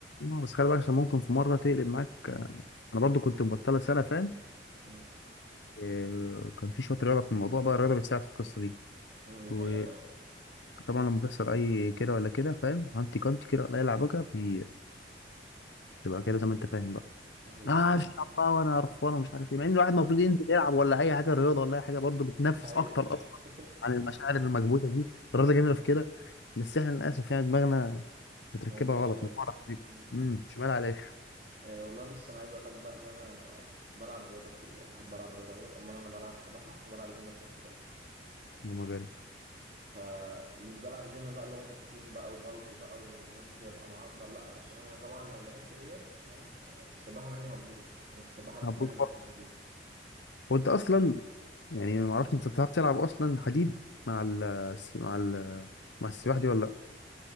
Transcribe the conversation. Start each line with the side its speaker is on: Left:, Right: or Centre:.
Left: آه، بس خلي بالك عشان ممكن في مرة تقلب معاك آه، انا برضو كنت مبطلة سنة فاهم
Right: مم.
Left: آه، كان في شوية رياضة في الموضوع بقى الرياضة بتساعد في القصة دي
Right: مم، دي
Left: وطبعا
Right: حقيقه فعلا
Left: لما بيحصل اي كده ولا كده فاهم هانتي كانتي كده ولا اي لعبكة بي- بتبقى كده زي ما انت فاهم بقى.
Right: ايوه
Left: اه
Right: ايوه
Left: الشعب بقى وانا قرفان ومش عارف ايه مع ان الواحد المفروض ينزل يلعب ولا اي حاجه رياضه ولا اي حاجه برضه بتنفس
Right: حقيقه
Left: اكتر اصلا
Right: <laughs>
Left: عن المشاعر المكبوته دي الرياضه جميله في كده بس احنا للاسف يعني دماغنا متركبه
Right: موديها شمال
Left: غلط من ورا كده
Right: مم.
Left: امم شمال على الاخر
Right: أه والله بص انا عايز اقول لك بقى ان انا بلعب رياضه كتير يعني بحب العب رياضه قوي عموما انا بلعب سباحه وبلعب جيم في نفس الوقت
Left: اللهم بارك
Right: ف ومش بلعب جيم بقى اللي هو تضخيم بقى وبلك بقى وامشي ابقى معضل لا علشان انا طبعا لو لعبت ديت فاهم آه، السباحه مني هتبوظ عشان السباحه
Left: هبوط
Right: محتاجه جسم
Left: خالص.
Right: خفيف
Left: هو انت اصلا يعني ما اعرفش انت بتعرف تلعب اصلا حديد مع ال مع ال مع السباحه دي ولا